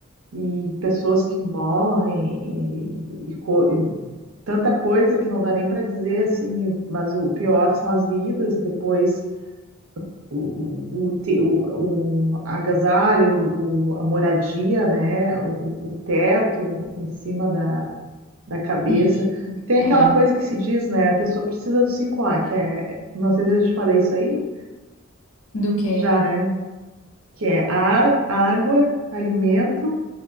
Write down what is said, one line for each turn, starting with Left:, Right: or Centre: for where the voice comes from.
Right: e pessoas que morrem e, e co- e tanta coisa que não dá nem para dizer assim, mas o pior são as vidas e depois o, o, o, te- o, o agasalho, o, a moradia, né? O, o teto em cima da, da cabeça.
Left: Sim,
Right: Tem
Left: é.
Right: aquela coisa que se diz, né? A pessoa precisa do cinco a que é, não sei se eu te falei isso aí,
Left: Do que?
Right: já, né? Que é ar, água, alimento,